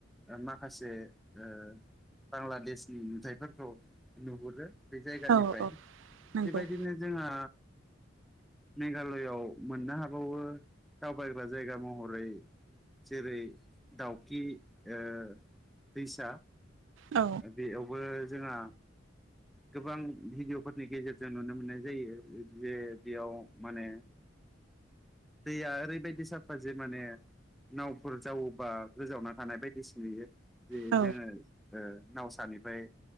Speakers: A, in the centre; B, on the right.
A: ओ माखासे माखासे ओ बांलादेशनि नुथायफोरखौ नुहुरो बे जायगानिफ्राय
B: औ औ नंगौ
A: बेबायदिनो जोंहा मेघालआव मोननो हाबावो दावबायग्रा जायगा महरै जेरै दाउखि ओ दैसा
B: औ
A: बेयावबो जोंहा गोबां भिडिअ'फोरनि गेजेरजों नुनो मोननाय जायो जे बेयाव माने दैया ओरैबायदि साफा जे माने नावफोर जावोबा गोजावना थानाय बायदिसिना नुयो। जे
B: औ
A: जोङो ओ नावसानिफ्राय